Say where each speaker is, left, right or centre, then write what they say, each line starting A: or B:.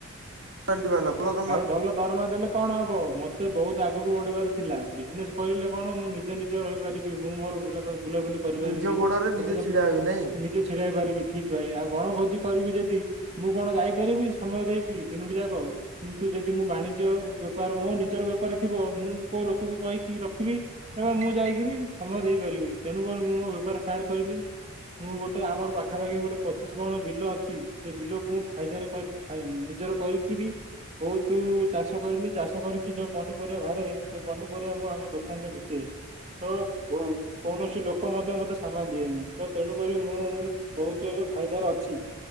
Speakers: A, on the right (about 60°); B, on the right (about 30°).
A: ବାଲ୍ଟି ବାହାରିଲା ଭଲ ଘ
B: ଭାଇ ଭଲ ଦରମା ଦେଲେ କଣ ହବ ମତେ ବହୁତ ଆଗକୁ ବଢିବାର ଥିଲା ବିଜନେସ୍ କରିଲେ କଣ ମୁଁ ନିଜ ନିଜର କରିବି ମୁଁ ମୋର ବୁଲା କ ବୁଲାବୁଲି କରିପାରିବି
A: ନିଜ ଗୋଡରେ ନିଜେ
B: ଏବେ ତ
A: ଛିଡା
B: ନି
A: ହେବି ନାଇଁ।
B: ନିଜେ ଛିଡା ହେଇ ପାରିବି ଠିକ୍ ଭାଇ ଆଉ ବଣଭୋଜି କରିବି ଯେଦି ମୁଁ କଣ ଯାଇପାରିବି ସମୟ ଦେଇକି। ତିନୋଟି ଯାକ କିନ୍ତୁ ଯଦି ମୁଁ ବାଣିଜ୍ୟ ବେପାର ମୋ ନିଜର ବେପାର ଥିବ ମୁଁ କୋଉ ଲୋକଙ୍କୁ କହିକି ରଖିବି ଏବଂ ମୁଁ ଯାଇକିରି ସମୟ ଦେଇପାରିବି ତେଣୁକରି ମୁଁ ମୋ ବେପାର ଷ୍ଟାର୍ଟ କରିଲି ମୁଁ ଗୋଟେ ଆମର ପାଖାପାଖି ଗୋଟେ ପଚିଶି ମାଣ ବିଲ ଅଛି ସେ ବିଲକୁ ମୁଁ ଫାଇଦାରେ କରିବି। ଫାଇନା ନିଜର କରିକି ବି ବହୁତୁ ଚାଷ କରିବି ଚାଷ କରିକି ଯୋଉ ପନିପରିବା ବାହାରେ ସେ ପନିପରିବା ମୁଁ ଆମ ଦୋକାନ ରେ ବିକେ। ତ କୋ କୌଣସି ଲୋକ ମଧ୍ୟ ମତେ ସାମାନ ଦିଏନି ତ ତେଣୁକରି ମୁଁ ବହୁତ ଏବେ ଫାଇଦାରେ ଅଛିି